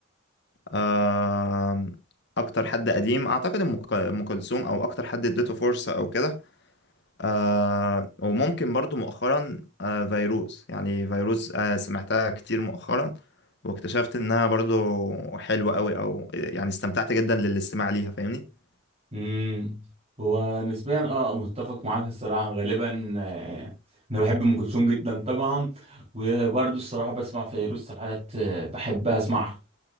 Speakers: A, on the left; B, on the right.
A: آم، اكتر حد قديم اعتقد ام ك- أم كلثوم او اكتر حد اديته فرصه او كده آه، وممكن برضو مؤخرا آه، فيروز يعني فيروز آه، سمعتها كتير مؤخرا واكتشفت انها برضو حلوة قوي او يعني استمتعت جدا للاستماع ليها فاهمني
B: امم ونسبيا اه متفق معاك الصراحه غالبا آه، انا بحب ام كلثوم جدا طبعا وبرضه الصراحه بسمع فيروز ساعات آه، بحب اسمعها